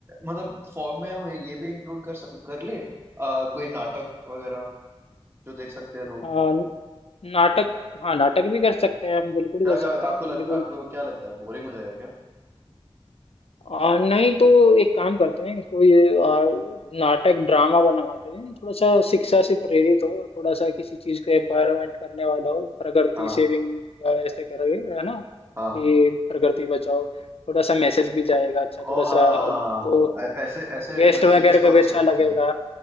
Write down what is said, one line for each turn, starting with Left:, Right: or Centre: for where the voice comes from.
Right: मतलब फॉर्म में हम ये भी इंक्लूड कर सक- कर ले आ, कोई नाटक वगैरह जो देख सकते हैं लोग
Left: अ, नाटक हाँ नाटक भी कर सकते हैं हम बिल्कुल
Right: क्या
Left: कर
Right: क्या
Left: सकते
Right: आपको
Left: हैं
Right: लग
Left: बिल्कुल
Right: आपको क्या लगता है बोरिंग हो जाएगा क्या
Left: अ, नहीं तो एक काम करते हैं कोई अ, नाटक ड्रामा बनवाते हैं थोड़ा सा शिक्षा से प्रेरित हो थोड़ा सा किसी चीज को एम्पावरमेंट करने वाला हो प्रकृति
Right: हाँ
Left: सेविंग या ऐसे करके है ना
Right: हाँ
Left: कि प्रकृति बचाओ थोड़ा सा मैसेज भी जाएगा अच्छा
Right: ओ
Left: थोड़ा सा
Right: हाँ हाँ
Left: जो
Right: हाँ हाँ हाँ, ऐ- ऐसे ऐसे
Left: गेस्ट
Right: मैसेजेस
Left: वगैरह को
Right: तो
Left: भी
Right: अच्छे
Left: अच्छा
Right: लगते
Left: लगेगा
Right: हैं